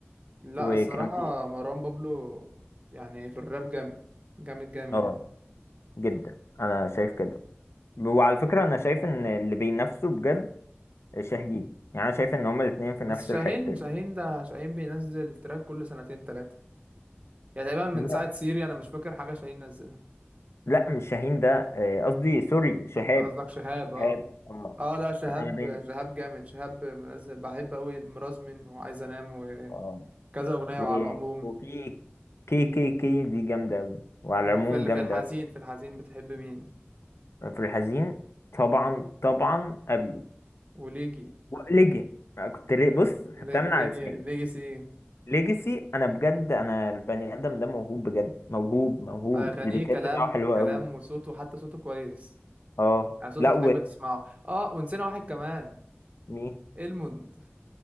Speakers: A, on the right; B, on the left.
A: لا
B: وكان
A: الصراحه
B: في
A: مروان بابلو يعني في الراب جامد جامد جامد
B: اه
A: يعني
B: جدا انا شايف كده وعلى فكره انا شايف ان اللي بينافسوا بجد شاهين يعني انا شايف ان هما الاثنين في
A: بس
B: نفس
A: شاهين
B: الحته
A: شاهين
B: دي
A: ده شاهين بينزل تراك كل سنتين تلاتة يعني تقريبا من
B: لا
A: ساعة سيري أنا مش فاكر حاجة شاهين نزلها
B: لا مش شاهين ده آه، قصدي سوري شهاب
A: أنت قصدك شهاب أه
B: شهاب اه
A: أه لا شهاب
B: انا بين
A: شهاب جامد شهاب منزل بحب أوي المرازمن وعايز أنام وكذا
B: اه
A: أغنية
B: و-
A: وعلى العموم
B: وفي كي كي كي دي جامده قوي وعلى
A: طب
B: العموم
A: في ال-
B: جامده
A: في الحزين
B: قوي
A: في الحزين بتحب مين
B: في الحزين طبعا طبعا ابيو
A: وليجي
B: وليجن كنت ليه بص خدتها
A: لي- ليجي
B: من على لساني
A: ليجي سي
B: ليجاسي انا بجد انا البني ادم ده موهوب بجد موهوب موهوب
A: أغانيه
B: البيكات
A: كلام
B: بتاعه حلوه
A: كلام
B: قوي
A: وصوته حتى صوته كويس
B: اه
A: يعني صوته
B: لا
A: تحب تسمعه أه ونسينا واحد كمان
B: ومين
A: الموند